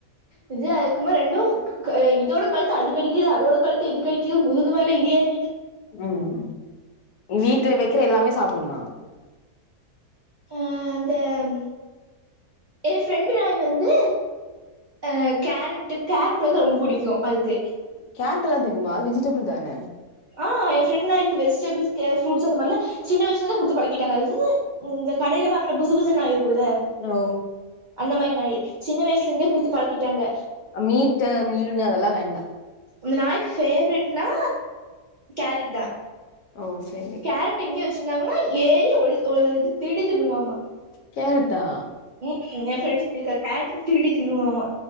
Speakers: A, on the right; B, on the left.
A: விஜய் ஆயக்குமா ரெண்டு க அ இதோட கல்த்து அது கடிக்கிது அதோட கல்த்து இது கடிக்குது முதுகு மேல இது ஏறு
B: உம் வீட்டு வெக்ற எல்லாமே சாப்டுமா
A: அ அந்தம் எ ஃப்ரெண்டு ராய் வந்து அ கேரட்டு கேரட் வந்து ரொம் புடிக்கு அதுக்கு
B: கேரட் எல்லா திம்பா வெஜிடபிள் தானே
A: ஆ எ ஃப்ரெண் நாய்க்கு வெஜ்டெபிள்ஸ் கே ஃப்ரூட்ஸ் அந்த மாரில்ல சின்ன வயசுலது குடுத்து பழகிட்டாங்க அதுதுது இந்த கடைல வாங்குன புசு புசு நாய் இருக்குல்ல
B: நோ
A: அந்த மார் நாயி சின்ன வயசுல இந்தே குடுத்து பழக்கிட்டாங்க
B: அ மீட்ட மீன் அதெல்லா வேண்டா
A: இந்த நாாய்க் ஃபேவ்ரெட்னா கேரட் தா
B: ஓ சரி
A: கேரட் எங்க்யோ வச்சிந்தாங்கன்னா ஏறி ஒழு ஒல் இது திருடி தின்னுமாமா
B: கேரட்டா
A: உம் என் ஃப்ரெண்டு ஸ்னிக்கா கேட்டு திருடி தின்னுமாமா